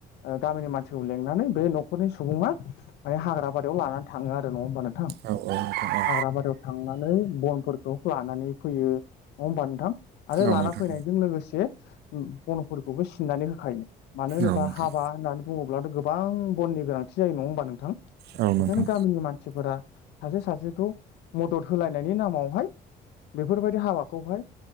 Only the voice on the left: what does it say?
ओ गामिनि मानसिखौ लेंंनानै बे न'खरनि सुबुङा ओ हाग्राबारियाव लानानै थाङो आरो नङा होमबा नों
हाग्राबारियाव थांनानै बनफोरखौ लानानै फैयो नङा होमबा नोंथां? आरो
लाना
फैनायजों लोगोसे बन'फोरखौबो सिननानै होखायो मानो
बा
हाबा होननानै बुङोब्लाथ' गोबां बननि गोनांथि जायो नङा होमबा नोंथां?
बेखायनो
गामिनि मानसिफोरा सासे सासेखौ मदद होलायनायनि नामावहाय बेफोरबायदि हाबाखौहाय